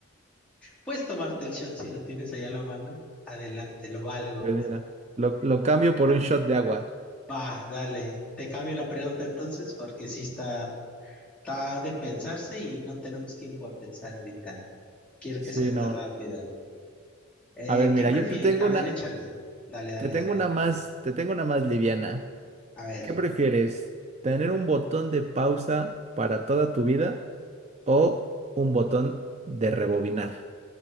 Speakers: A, in the centre; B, on the right (about 30°).
A: Puedes tomarte el shot si lo tienes ahí a la mano. Adelante, lo valgo.
B: Pues mira, lo, lo cambio por un shot de agua.
A: Va, dale. Te cambio la pregunta entonces porque sí está, está de pensarse y no tenemos tiempo de pensar ahorita. Quiero
B: Sí,
A: que sea esto
B: no.
A: rápido. Eh,
B: A ver, mira,
A: ¿qué prefieres?
B: yo te tengo
A: A
B: una,
A: ver, échale. Dale, dale,
B: te tengo
A: dale.
B: una más, te tengo una más liviana.
A: A ver,
B: ¿Qué prefieres? ¿Tener un botón de pausa para toda tu vida o un botón de rebobinar?